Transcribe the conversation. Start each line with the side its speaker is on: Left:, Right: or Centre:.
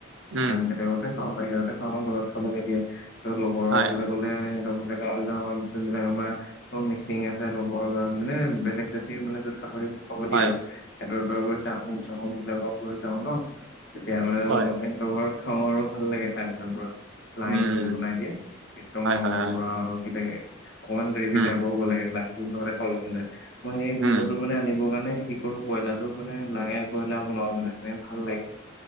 Right: উম।
Left: হোটেলহে খাওঁ, বাহিৰতে খাওঁ ম ঘৰত খাব নিদিয়ে তত লগৰৰ
Right: হয়
Left: ঘৰলে গ'লে সেহেঁত <unintelligible> <unintelligible> আমাৰ <unintelligible> মিচিং আছে লগৰ ল'ৰা মানে বেলেগ জাতিৰ মানে য'ত গাহৰি হ'ব দিয়া
Right: হয়
Left: আৰু <unintelligible> চাহোম চাহোম বিলাকৰ ঘৰত যাওঁ ন, তেতিয়া মানে <unintelligible>
Right: হয়
Left: <unintelligible> ঘৰত খাওঁ আৰু ভাল লাগে খাই পেলাই পুৰা। লাই
Right: উম
Left: গাহৰি বনাই দিয়ে একদম
Right: হয় হয়
Left: পুৰা
Right: হয়
Left: আৰু কি লাগে। অকমান গ্ৰেভি
Right: উম
Left: টাইপও হ'ব লাগে লাই গোন্ধৰে খাবলে মন যায় মই সেই গোন্ধটো
Right: উম
Left: মানে আনিবৰ কাৰণে কি কৰোঁ পইলাৰটো মানে লাএ পইলা বনাওঁ মানে তেনে ভাল লাগে।